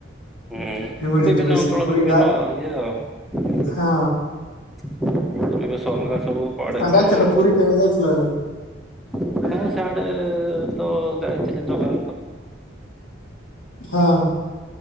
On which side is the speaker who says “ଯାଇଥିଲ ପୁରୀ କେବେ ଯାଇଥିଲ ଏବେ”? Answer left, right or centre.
Left